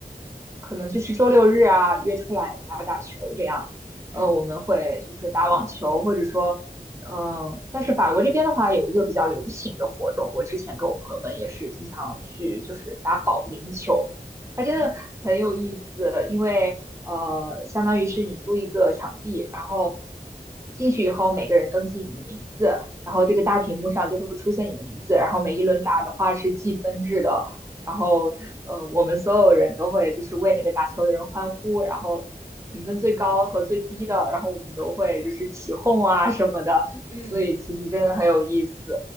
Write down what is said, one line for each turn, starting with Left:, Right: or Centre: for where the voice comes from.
Right: 可能就是周六日啊约出来打打球这样。
Left: 嗯
Right: 呃，我们会就是打网球，或者说，嗯，但是法国这边的话有一个比较流行的活动，我之前跟我朋友们也是经常去，就是打保龄球，它真的很有意思，
Left: 嗯
Right: 因为呃，相当于是你租一个场地，然后进去以后每个人登记你的名字，然后这个大屏幕上就会出现你的名字，然后每一轮打的话是计分制的，
Left: 嗯
Right: 然后呃，我们所有人都会就是为那个打球的人欢呼，然后评分最高和最低的，然后我们都会就是起哄啊什么的，
Left: 嗯嗯嗯嗯。
Right: 所以其实真的很有意思。
Left: 嗯